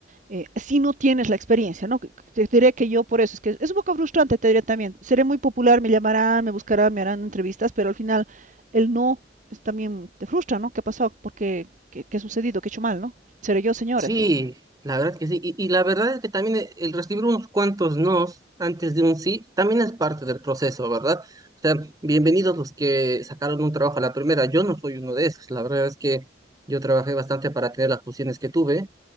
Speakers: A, on the right (about 45°); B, on the right (about 20°).
A: eh, si no tienes la experiencia, ¿no? Te diré que yo por eso, es que es un poco frustrante, te diré también, seré muy popular, me llamarán, me buscarán, me harán entrevistas, pero al final el no es, también te frustra, ¿no? ¿Qué ha pasado? ¿Por qué? ¿Qué, qué ha sucedido? ¿Qué he hecho mal, no? Seré yo, señora,
B: Sí,
A: sí.
B: la verdad que sí. Y, y la verdad es que también e- el recibir unos cuantos nos antes de un sí también es parte del proceso, ¿verdad? O sea, bienvenidos los que sacaron un trabajo a la primera. Yo no soy uno de esos. La verdad es que yo trabajé bastante para tener las posiciones que tuve.